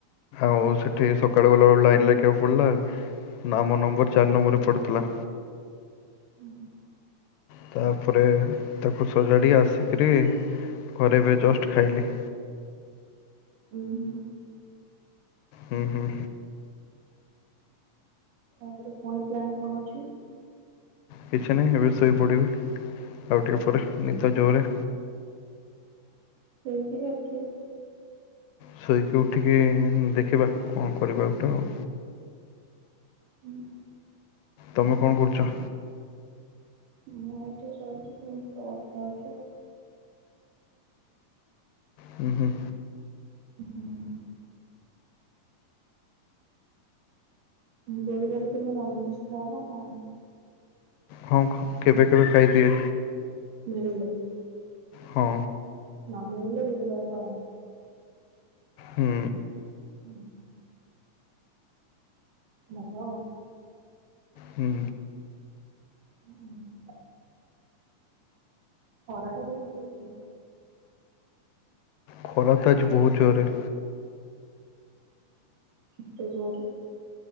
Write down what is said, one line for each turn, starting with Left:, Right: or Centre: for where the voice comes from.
Left: ଆଉ ସେଠି ସକାଳୁ ଗଲା ବେଳକୁ ଲାଇନ ଲାଗିବାକୁ ପଡିଲା ନା ମୋ ନମ୍ବର ଚାରି ନମ୍ବରରେ ପଡ଼ିଥିଲା।
Right: ହୁଁ
Left: ତାପରେ ତାକୁ ସଜାଡ଼ି ଆସିକିରି ଘରେ ଏବେ ଜଷ୍ଟ ଖାଇଲି।
Right: ହୁଁ ହୁଁ।
Left: ହୁଁ ହୁଁ।
Right: ତାପରେ ଫୁଣି ପ୍ଲାନ କଣ ଅଛି?
Left: କିଛି ନାହିଁ ଏବେ ଶୋଇପଡିବି ଆଉ ଟିକେ ପରେ ନିଦ ଜୋରେ
Right: ଶୋଇକିରି ଉଠିଲି
Left: ଶୋଇକି ଉଠିକି ଦେଖିବା କଣ କରିବା ଗୋଟେ ଆଉ।
Right: ହୁଁ।
Left: ତମେ କଣ କରୁଛ?
Right: ମୁଁ ଏଠି ଶୋଇକି ତୁମ ସହ କଥା ହଉଛି ଆଉ।
Left: ହୁଁ ହୁଁ।
Right: ହୁଁ। ଗୁରୁବାରେ ତମେ ନନ୍ ଭେଜ୍ ଖାଅ ନା ଖାଅନି?
Left: ହଁ କେବେ କେବେ ଖାଇଦିଏ।
Right: ମିଳିଲେ
Left: ହଁ
Right: ନ ମିଳିଲେ ଗୁରୁବାର ପାଳ
Left: ହୁଁ।
Right: ହୁଁ ହୁଁ। ହ୍ୟାଲୋ।
Left: ହୁଁ।
Right: ହୁଁ। ଖରା ଟା କେମିତି ହଉଛି?
Left: ଖରା ତ ଆଜି ବହୁତ ଜୋରେ
Right: କେତେ ଜୋରେ?